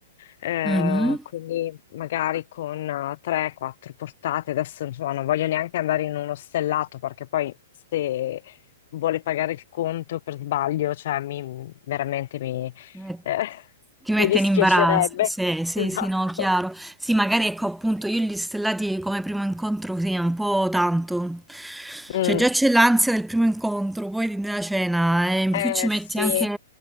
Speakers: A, on the left (about 60°); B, in the centre.
A: eh,
B: Mhm.
A: quindi magari con 3-4 portate. Adesso insomma non voglio neanche andare in uno stellato perché poi se vuole pagare il conto per sbaglio, cioè mi, veramente mi,
B: Ti met-
A: eh, <laughs>
B: ti mette
A: mi dispiacerebbe.
B: in imbarazzo, sì, sì,
A: <laughs> Esatto.
B: sì, no, chiaro. Sì, magari ecco appunto io gli stellati come primo incontro, sì, è un po' tanto.
A: Mm,
B: Cioè già c'è l'ansia del primo incontro, poi della cena, e in
A: eh
B: più ci metti
A: sì,
B: anche